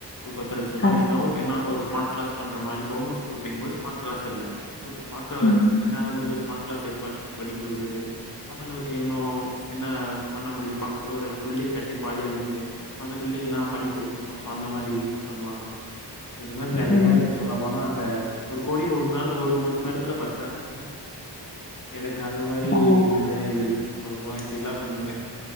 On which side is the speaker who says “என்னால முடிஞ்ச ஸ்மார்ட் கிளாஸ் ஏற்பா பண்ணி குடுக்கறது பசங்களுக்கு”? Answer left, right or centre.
Left